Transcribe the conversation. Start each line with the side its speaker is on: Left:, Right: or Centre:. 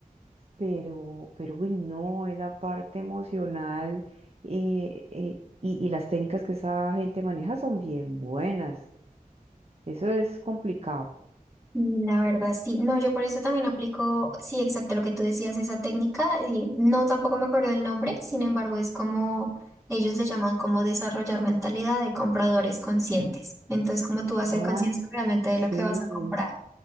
Right: pero, pero uy, no, esa parte emocional eh, eh, y, y las técnicas que esa gente maneja son bien buenas. Eso es complicado.
Centre: Mm, La verdad, sí. No, yo por eso también aplico, sí, exacto lo que tú decías, esa técnica. eh, no, tampoco me acuerdo el nombre, sin embargo, es como ellos le llaman como desarrollar mentalidad de compradores conscientes. Entonces, como tú vas a
Right: Ah,
Centre: ser consciente realmente de
Right: sí.
Centre: lo que vas a comprar.